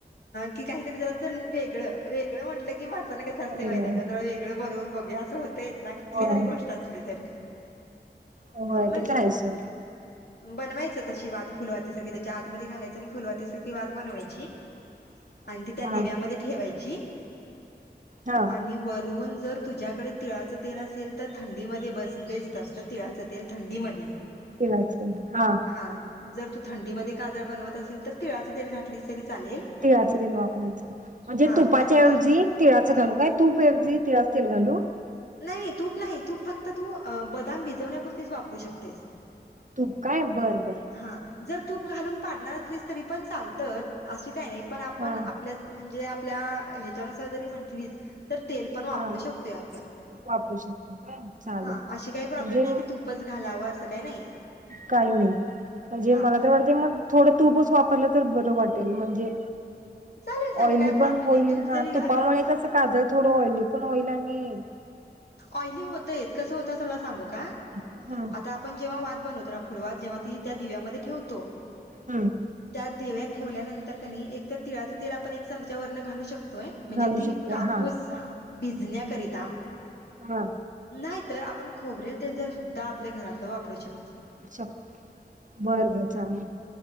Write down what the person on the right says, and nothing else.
वेगळं
होय
होय
ते करायचं
<inaudible>
हा
हा
तिळाचं हा.
तिळाच तेल वापरायचं. म्हणजे
तुपाच्याऐवजी.
तिळाचं घालू काय? तूपऐवजी तिळाचं तेल घालू.
तूप काय? बरं बरं.
हा
हा
वापरू शकतो काय चालेल
म्हणजे
काही नाही. म्हणजे
मला तर वाटते मग थोडं तूपच वापरलं तर बरं वाटेल म्हणजे
ऑइली
पण
होईल
हा
तुपामुळे
कस काजळ थोडं ऑइली पण होईल आणि
<inaudible>
हम्म...
घालू
शकतोय
हा
हा.
अच्छा बर बर चालेल.